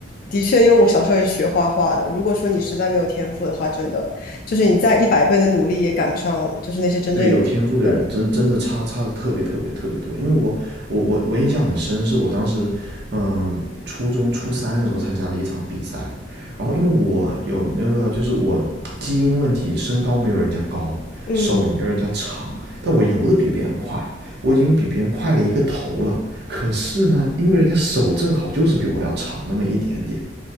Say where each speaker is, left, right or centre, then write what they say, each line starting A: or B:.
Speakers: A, on the left; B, on the right.
A: 的确，因为我小时候也是学画画的。如果说你实在没有天赋的话，真的就是你再一百倍的努力也赶不上，就是那些真正有天赋的人。
B: 对，有天赋的人真真的差差的特别特别特别多，因为我我我我印象很深，是我当时嗯初中初三的时候参加了一场比赛，然后因为我有那个就是我基因问题，身高没有人家高，
A: 嗯。
B: 手也没有人家长，但我游的比别人快，我已经比别人快了一个头了，可是呢，因为人家手正好就是比我要长那么一点点，